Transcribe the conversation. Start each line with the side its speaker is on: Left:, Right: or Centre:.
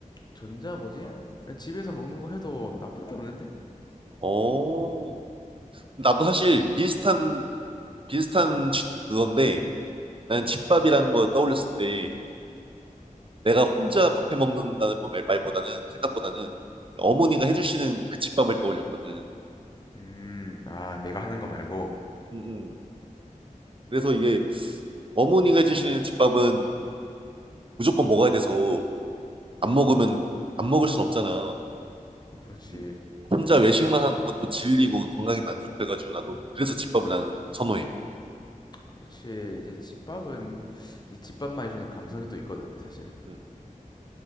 Left: 전자 뭐지? 그냥 집에서 먹는 거 해도 나쁠 게 없는데?
Right: 어. 나도 사실 비슷한, 비슷한 지- 그건데, 나는
Left: 음,
Right: 집밥이라는 걸 떠올렸을 때, 내가 혼자 밥해 먹는다는 뭐 말- 말보다는, 생각보다는 어머니가 해주시는 그 집밥을 떠올렸거든.
Left: 음, 아, 내가 하는 거 말고.
Right: 응응. 그래서 이게 어머니가 해주시는 집밥은 무조건 먹어야 돼서 안 먹으면 안 먹을 순 없잖아.
Left: 그렇지.
Right: 음. 혼자 외식만 하는 건 또 질리고 건강에도 안 좋고 해가지고 나도 그래서 집밥을 나는 선호해.
Left: 그렇지. 이제 집밥은 이 집밥만 해 주는 감성이 또 있거든, 사실.
Right: 음.